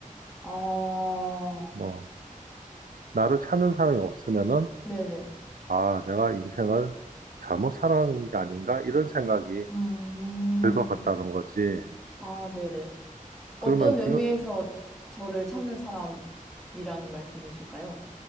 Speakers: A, in the centre; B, on the right.
A: 아,
B: 뭐 나를 찾는 사람이 없으면은
A: 네네.
B: 아 내가 인생을 잘못 살아가는 게 아닌가 이런 생각이
A: 음,
B: 들 것 같다는 거지.
A: 아, 네네. 어떤
B: 그러면
A: 의미에서
B: 지금
A: 저를 찾는 사람이라는 말씀이실까요?